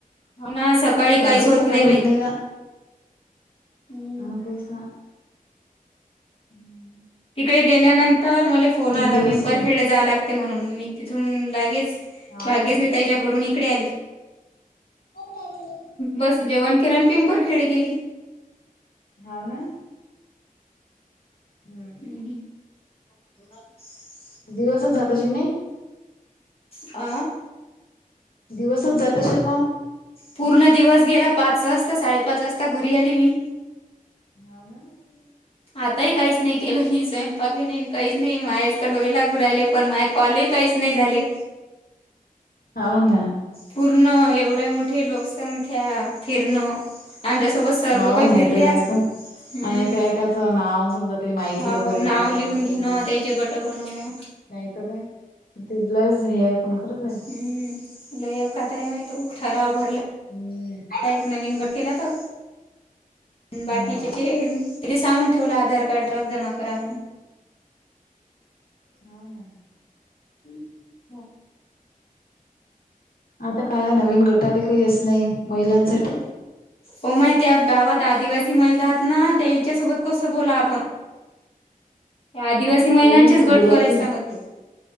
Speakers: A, on the left; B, on the left.
A: <inaudible>
B: हो ना सकाळी
A: माझे
B: काहीच
A: सकाळी
B: बाई
A: होत नाही ना.
B: हम्म.
A: अ तेस ना. हम्.
B: तिकडे गेल्यानंतर मला फोन आला
A: दिवस
B: पिंपरखेडे जा लागते म्हणून मी तिथून लागेच
A: हाव
B: भाग्यश्रीताईच्या
A: काय
B: घरून इकडे आली. <inaudible>
A: पण काय केलं?
B: बस जेवण केलं आणि पिंपरखेडे गेली.
A: हा ना. हम्.
B: हम्म ह्. <inaudible>
A: दिवसच जात अशी नाही.
B: आ
A: दिवसच जात असेल मग?
B: पूर्ण दिवस गेला पाच-छहा वाजता, साडेपाच वाजता घरी आली मी.
A: <inaudible>
B: आताही काहीच नाही केलं मी स्वयंपाक नाही काहीच नाही माये स तर डोळे लागू राहिले पण माय कॉलही काहीच नाही झाले.
A: हाव ना.
B: पूर्ण एवढे मोठी लोकसंख्या फिरणं. आमच्यासोबत सर
A: होव
B: लोकही
A: नाही
B: फिरले
A: तर कायत
B: आज हम्म.
A: आणि एका-एकाचं नाव समजा ते माहिती
B: हो
A: वगैरे
B: नाव
A: काय
B: लिहून
A: काय? <inaudible>
B: घेणं
A: नाही
B: त्याचे गट बनवणं.
A: तर काय, ति लयच जुनी आहे पण खरंच आहे.
B: हम् लय आकात आहे माय तो ठराव भरला.
A: हम्म
B: का एक नवीन गट केला तो. बाकीच्याचे
A: हो
B: तिले सांगून ठेवलं आधार कार्ड ड्रक जमा करा म्हणून.
A: हम्म.
B: <inaudible>
A: आता काय नवीन गटाले काहीच नाही महिलांसाठी.
B: हो माय त्या गावात आदिवासी महिला हात ना त्यायाच्या सोबत कसं बोला आपण. या आदिवासी
A: हो
B: महिलांचेच
A: तेही आहे तू
B: गट
A: बोलायची
B: कराय सांगितले.